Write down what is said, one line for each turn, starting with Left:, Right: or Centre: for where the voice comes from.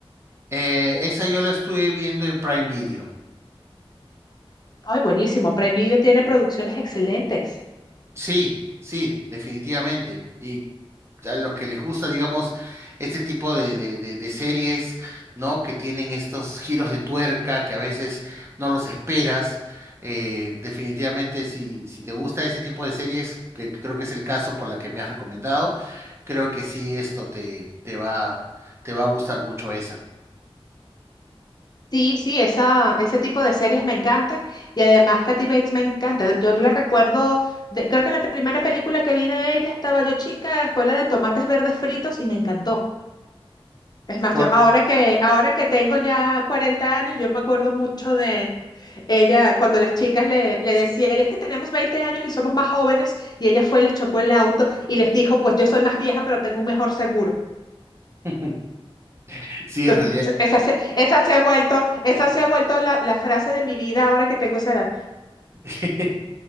Right: Eh, esa yo la estuve viendo en Prime Video.
Left: Ay, buenísimo. Prime Video tiene producciones excelentes.
Right: Sí, sí, definitivamente. Y a los que les gusta, digamos, este tipo de, de, de, de series, ¿no? Que tienen estos giros de tuerca que a veces no los esperas. eh, definitivamente, si, si te gusta ese tipo de series, que creo que es el caso por la que me has recomendado, creo que sí, esto te, te va, te va a gustar mucho esa.
Left: Sí, sí, esa, ese tipo de series me encantan y además Kathy Bates me encanta. Yo la recuerdo, de- creo que la primera película que vi de ella estaba yo chica, fue la de Tomates Verdes Fritos y me encantó. Es más,
Right: Cor-
Left: yo ahora que, ahora que tengo ya 40 años, yo me acuerdo mucho de ella cuando las chicas le, le decían, es que tenemos 20 años y somos más jóvenes y ella fue y les chocó el auto y les dijo, pues yo soy más vieja pero tengo un mejor seguro.
Right: <laughs> Sí,
Left: Entonces,
Right: en realidad.
Left: esa se, esa se ha vuelto, esa se ha vuelto la, la frase de mi vida ahora que tengo esa edad.
Right: <laughs>